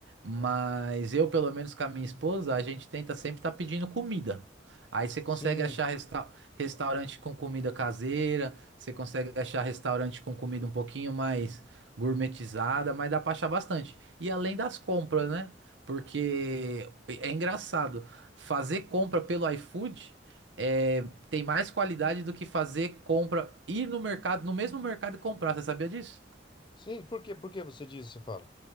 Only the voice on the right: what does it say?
Mas eu, pelo menos com a minha esposa, a gente tenta sempre estar pedindo comida. Aí você consegue
achar resta- restaurante com comida caseira, você consegue achar restaurante com comida um pouquinho mais gourmetizada, mas dá pra achar bastante. E além das compras, né? Porque é engraçado fazer compra pelo iFood é, tem mais qualidade do que fazer compra, ir no mercado, no mesmo mercado e comprar. Você sabia disso?